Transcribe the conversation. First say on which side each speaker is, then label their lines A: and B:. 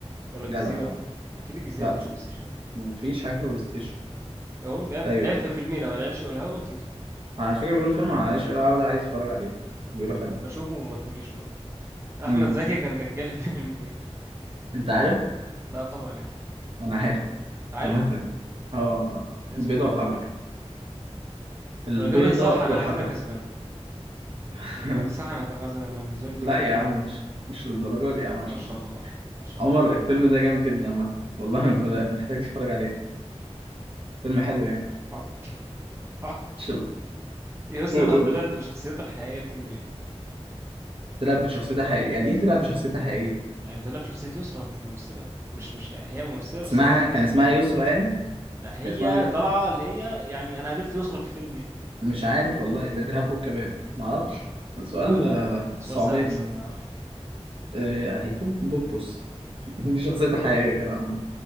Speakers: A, on the right; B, on the right.
A: ولا الجزيرة
B: جدع يا عم
A: اكيد الجزيرة
B: لا
A: ما لعبش
B: ت...
A: بلاي ستيشن
B: مفيش حاجه في بلاي ستيشن
A: اهو لعب في
B: ايوه
A: لعب في فيلمين انا العشق والهوا وتيتو
B: على فكرة بيقولوا فيلم عن عايش أوي ده عايز أتفرج عليه بيقولوا حلو
A: بشوفه وما تقوليش بقى احمد
B: امم
A: زكي كان دجال في <laughs> فيلم إيه؟
B: أنت عارف؟
A: لا طبعا يعني
B: أنا عارف
A: انت عارف
B: عامة أه والله
A: اسمه
B: البيضة
A: ايه
B: والحجر
A: طيب
B: البيضة
A: لو الاجابه دي صح انا
B: والحجر
A: هعتبرك كسبان
B: <laughs>
A: يعني لو دي صح انا هتبقى كسبان أنا بالنسبه لي انت
B: لا
A: كده
B: يا
A: ايه
B: عم مش مش للدرجة دي يا عم
A: ما
B: عشان
A: شاء الله ما شاء
B: عمر
A: الله
B: الفيلم ده جامد جدا عامة والله لا، محتاج أتفرج عليه فيلم حلو
A: حاضر
B: يعني
A: حاضر <laughs> حاضر
B: شو-
A: يسرا
B: قول قول
A: طلعت
B: قول
A: بشخصيتها الحقيقيه في فيلم ايه
B: تلعب بشخصيتها حقيقية يعني إيه تلعب بشخصيتها حقيقية؟
A: يعني طلعت بشخصيه يسرا مش ممثله مش مش يعني هي ممثله بس
B: اسمها
A: هي مش
B: كان
A: ممثله
B: اسمها يسرا يعني؟
A: لا هي
B: كان اسمها مين؟
A: طالعه اللي هي يعني انا قابلت يسرا في فيلم يعني
B: مش عارف والله الإرهاب والكباب معرفش سؤال
A: لا لا
B: آه،
A: لا سؤال
B: صعباني
A: سهل استنى انا عارفه
B: آه، هيكون بوبوس دي شخصيتها الحقيقية كده عامة